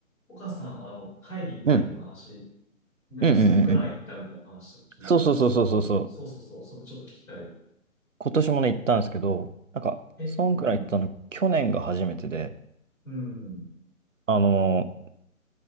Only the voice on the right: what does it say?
うん。
うんうんうんうん。そうそうそうそうそうそう。
今年もね、行ったんですけど、なんか、
そんくらい行ったの、
去年が初めてで、
あのー